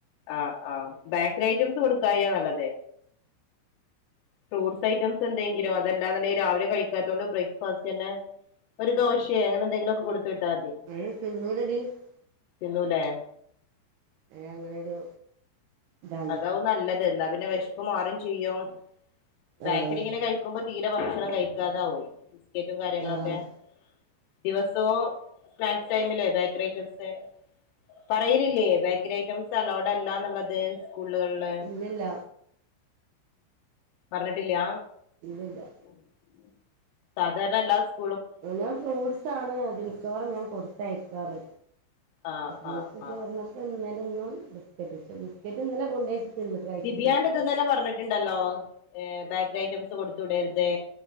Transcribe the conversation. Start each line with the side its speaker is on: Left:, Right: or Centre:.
Left: ആഹ് ആഹ് ബേക്കറി ഐറ്റംസ് കൊടുക്കാ യാ നല്ലത്. ഫ്രൂട്ട്സ് ഐറ്റംസ് എന്തെങ്കിലും അതെല്ലാ ന്ന് ണ്ടെങ്കിൽ രാവിലെ കഴിക്കാത്തോണ്ട് ബ്രേക്ക്ഫാസ്റ്റ് ന്നെ ഒരു ദോശേ അങ്ങനെന്തെലൊക്കെ കൊടുത്ത്ട്ടാതി
Right: <unintelligible>
Left: തിന്നൂലേ
Right: അയ്ന് അങ്ങനൊരു ഇതാണ്
Left: അതാവും നല്ലത് ന്നാ പിന്നെ വെഷ്പ്പ് മാറും ചെയ്യും ബേക്കറിങ്ങനെ
Right: ആഹ്
Left: കഴ് ക്കുമ്പോ തീരെ ഭക്ഷണം കഴിക്കാതാവും ബിസ്കറ്റും കാര്യങ്ങളൊക്കെ
Right: ആഹ്
Left: ദിവസോം സ്നാക്സ് ടൈമില് ബേക്കറി ഐറ്റംസ് പറയലില്ലേ ബേക്കറി ഐറ്റംസലോടല്ല ന്ന്ള്ളത് സ്കൂളുകൾല്
Right: ല്ല ല്ല
Left: പർഞ്ട്ട്ല്ല
Right: ഇല്ലല്ല
Left: ഉം സാധാരണെല്ലാ സ്
Right: ഓന് ഞാ ഫ്രൂട്സാണ് അത് മിക്കവാറും ഞാൻ കൊടുത്തയക്കാറ്
Left: ആഹ്
Right: പ്പോ ഫ്രൂട്സ്
Left: ആഹ് ആഹ്
Right: തീർന്നപ്പൊ ഇന്നലെന്നും ബിസ്ക്കറ്റ് ബിസ്ക്കറ്റ് ഇന്നലെ കൊണ്ടെച്ച് തിന്ന് <unintelligible>
Left: ബിയാന്റെ ഇത്ന്നെന്നെ പറഞ്ട്ട്ണ്ടല്ലോ എ ബേക്കറി ഐറ്റംസ് കൊടുത്ത് വിടര്ത്